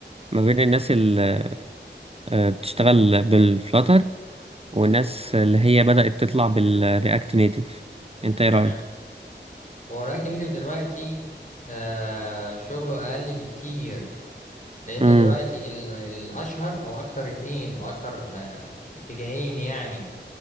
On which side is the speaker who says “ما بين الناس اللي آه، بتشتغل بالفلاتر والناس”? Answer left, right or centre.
Right